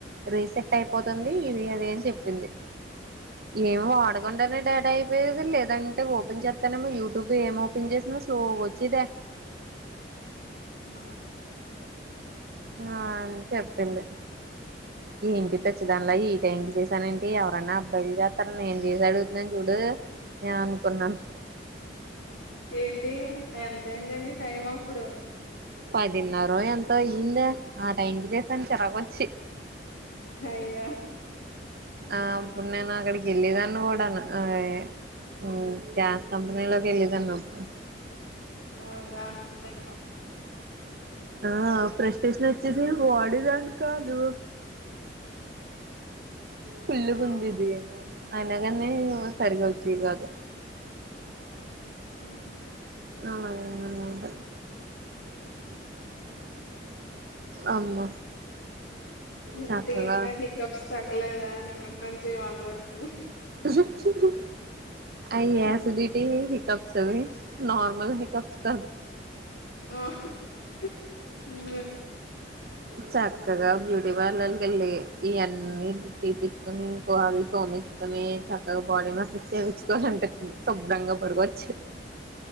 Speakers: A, on the right (about 55°); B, on the left (about 85°).
A: రీసెట్ అయిపోతుంది ఇది అది అని చెప్పింది ఏమి వాడకుండానే డాట అయిపోయది లేదంటే ఓపెన్ చేస్తానేమో యూట్యూబ్ ఏం ఓపెన్ చేస్త స్లో గొచ్చెదే
B: <inaudible> ఆ
A: ఆ చెప్పింది ఏంటి
B: హ్మ్.
A: పిచ్చదానిలా అంటే ఎం చేసానంటే ఎవరన్నా అబ్బాయిలు చేస్తారా నేం చేసి అడుగుతుంన్నాను చూడు ఏం అనుకున్నాను
B: ఏంటి ఎంతయిందండి టైం అప్పుడు
A: పదిన్నర ఎంతో అయ్యిందే ఆ టైంకి చేసాను చిరాగొచ్చి
B: అయ్యో
A: ఆ అప్పుడు నేను అక్కడికి వెళ్ళిదాన్ని కూడాను అ ఉమ్ గ్యాస్ కంపెనీలోకి వెళ్ళెదాన్ని అప్పుడు
B: ఓ దాని వల్ల
A: ఆ ఫ్రెస్టేషన్ వచ్చేసి వాడేదానికి కాదు ఫుల్
B: ఆ
A: కుందిది ఏనా అయినా గాన్ని సరిగ్గా వచ్చెది గాదు
B: ఉమ్
A: అలాగా అన్నమాట అమ్మ
B: ఏంటి
A: చక్కగా
B: ఇంకా హికప్స్ తగ్గలేదా నిన్నటి నుంచి ఇవాళ్టి వరకు
A: హు హు అయ్యా
B: హ్మ్.
A: అసలు ఇట్టెంది కప్స్అవి నార్మల్ హెకప్స్ కాదు
B: ఆ హ్మ్మ్
A: చక్కగా బ్యూటీ పార్లర్కి ఎళ్ళి ఇయన్నీ తీపిచ్చుకొని గ్రోల్ తోమ కానీ చక్కగా బాడీ మసాజ్ చేయించుకోవాలి ఉంటుంది శుభ్రంగా పడుకోవచ్చు